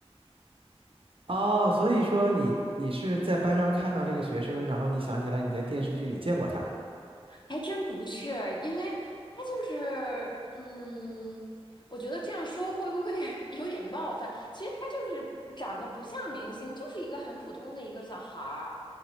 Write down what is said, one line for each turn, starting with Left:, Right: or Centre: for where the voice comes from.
Right: 哦，所以说你你是在班上看到这个学生，然后你想起来你在电视剧里见过他
Left: 还真不是，因为他就是，嗯，我觉得这样说会不会 <laughs> 有点冒犯？其实他就是长得不像明星，就是一个很普通的一个小孩儿。